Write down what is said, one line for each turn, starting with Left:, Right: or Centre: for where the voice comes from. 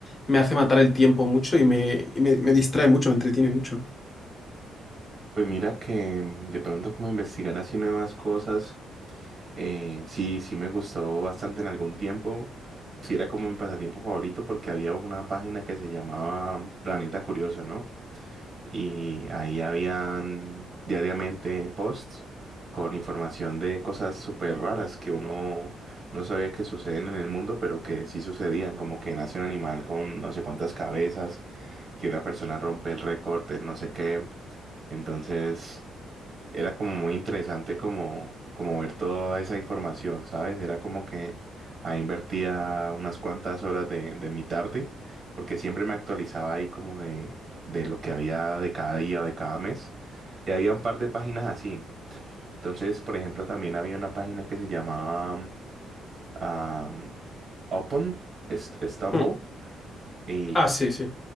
Left: me hace matar el tiempo mucho y me, y me, me distrae mucho, me entretiene mucho.
Right: Pues mira que mm, de pronto como investigar así nuevas cosas, eh, sí, sí me gustó bastante en algún tiempo. Sí era como mi pasatiempo favorito porque había una página que se llamaba Planeta Curioso, ¿no? y ahí habían diariamente posts con información de cosas súper raras que uno no sabía que suceden en el mundo, pero que sí sucedían, como que nace un animal con no sé cuántas cabezas, que una persona rompe el récord en no sé qué. Entonces era como muy interesante como, como ver toda esa información, ¿sabes? Era como que ahí invertía unas cuantas horas de, de mi tarde, porque siempre me actualizaba ahí como de, de lo que había de cada día o de cada mes. Y había un par de páginas así. Entonces, por ejemplo, también había una página que se llamaba um, Upon Stumble.
Left: Mm.
Right: y
Left: Ah, sí, sí.